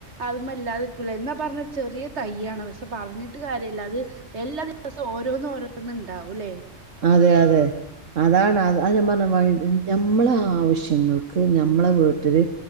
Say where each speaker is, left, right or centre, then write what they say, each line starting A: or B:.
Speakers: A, on the right; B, on the right.
A: അതുമല്ലാതിരിക്കൂല്ല എന്നാ പറഞ് ചെറിയ തൈയ് ആണ് പക്ഷെ പറഞ്ഞിട്ട് കാര്യമില്ല അത് എല്ലാ ദിവസവും ഓരോന്നും ഓരോന്നും ഉണ്ടാവൂല്ലേ
B: അതെ അതെ അതാണ് അതാ ഞാൻ പറഞ്ഞി നമ്മളെ ആവശ്യങ്ങൾക്ക് ഞമ്മളെ വീട്ടില്